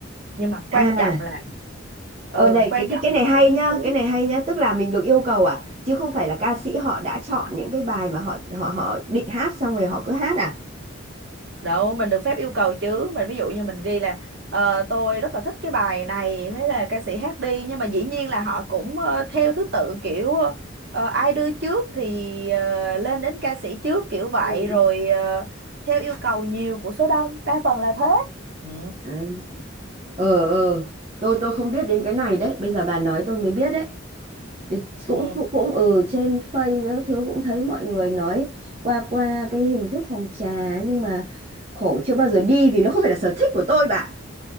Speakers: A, on the right; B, on the right.
A: nhưng mà quan
B: À,
A: trọng là ừ
B: ờ này
A: quan
B: cái
A: trọng
B: cái cái
A: là
B: này hay
A: cái không
B: nhá,
A: khí
B: cái này hay nhá, tức là mình được yêu cầu à, chứ không phải là ca sĩ họ đã chọn những cái bài mà họ họ họ định hát xong rồi họ cứ hát à?
A: Đâu, mình được phép yêu cầu chứ. Mình ví dụ như mình ghi là ờ, tôi rất là thích cái bài này, thế là ca sĩ hát đi nhưng mà dĩ nhiên là họ cũng ờ, theo thứ tự kiểu ờ, ờ, ai đưa trước thì ờ, lên đến ca sĩ trước kiểu vậy
B: Ừ, ừ.
A: rồi ờ, theo yêu cầu nhiều của số đông, đa phần là thế. Ừ.
B: À, ờ ờ, tôi tôi không biết đến cái này đấy, bây giờ bà nói tôi mới biết đấy. Thì
A: Ừ.
B: cũng cũng cũng ừ trên Face với các thứ cũng thấy mọi người nói qua qua cái hình thức phòng trà nhưng mà khổ chưa bao giờ đi vì nó không phải là sở thích của tôi bà.